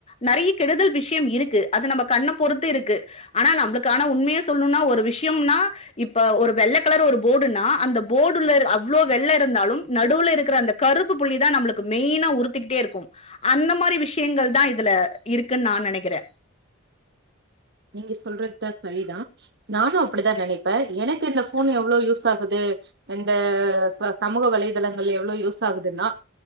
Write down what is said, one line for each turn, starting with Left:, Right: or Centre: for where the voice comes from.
Left: நறையா கெடுதல் விஷியம் இருக்கு அது நம்ப கண்ண பொறுத்து இருக்கு ஆனா நம்பளுக்கு ஆனா உண்மைய சொல்லணும்னா ஒரு விஷியம்னா இப்ப ஒரு வெள்ள கலர் ஒரு போடுன்னா அந்த போடுல இரு அவ்ளோ வெள்ள இருந்தாலும் நடுவுல இருக்கிற அந்த கருப்பு புள்ளிதான் நம்பளுக்கு மெய்யினா உறுத்திக்கிட்டே இருக்கும் அந்த மாரி விஷியங்கள் தான் இதுல இருக்குன் நான் நெனைக்கிறே
Right: நீங்க சொல்றதுதான் சரிதான் நானும் அப்டித்தான் நெனைப்பேன் எனக்கு இந்த ஃபோன் எவ்ளோ யூஸ் ஆகுது இந்த சமூக வலைதளங்கள எவ்ளோ யூஸ் ஆகுதுன்னா